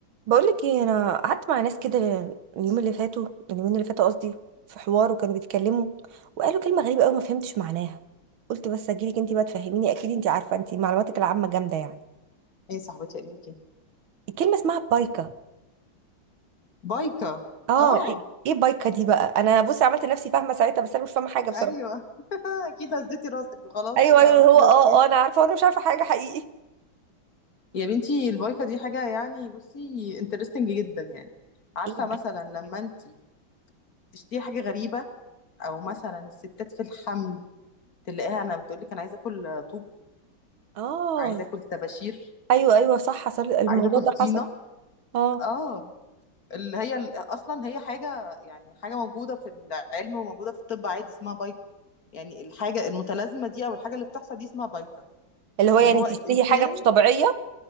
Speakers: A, on the right; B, on the left.
A: بقولك ايه انا قعدت مع ناس كده اليوم اللي فاتوا اليومين اللي فاتوا قصدي في حوار وكانوا بيتكلموا وقالوا كلمه غريبه قوي ما فهمتش معناها قلت بس اجيلك انت بقى تفهميني اكيد انت عارفه انت معلوماتك العامه جامده يعني
B: ايه صاحبتي علمك
A: الكلمه اسمها بايكا
B: بايكا
A: اه
B: اه
A: ايه إيه بايكا دي بقى انا بصي عملت نفسي فاهمه ساعتها بس انا مش فاهمه حاجه بصراحه
B: ايوه <laughs> اكيد هزيتي راسك وخلاص
A: ايوه
B: اوكي
A: ايوه هو اه
B: اوكي
A: اه انا عارفه وانا مش عارفه حاجه حقيقي
B: يا بنتي البايكا دي حاجه يعني بصي انترستنج جدا يعني عارفه
A: <laughs> ايه بقى
B: مثلا لما انت تشتهي حاجه غريبه او مثلا الستات في الحمل تلاقيها انا بتقول لك انا عايزه اكل طوب
A: اه
B: عايزه اكل طباشير
A: ايوه ايوه صح حصل الموضوع
B: عايزه اكل
A: ده
B: طينه
A: حصل اه
B: اه اللي هي ال- اصلا هي حاجه يعني حاجه موجوده في العلم وموجوده في الطب عادي اسمها بايكا يعني الحاجه المتلازمه دي او الحاجه اللي بتحصل دي اسمها بايكا
A: اللي هو
B: اللي
A: يعني
B: هو
A: تشتهي
B: الانسان
A: حاجه مش طبيعيه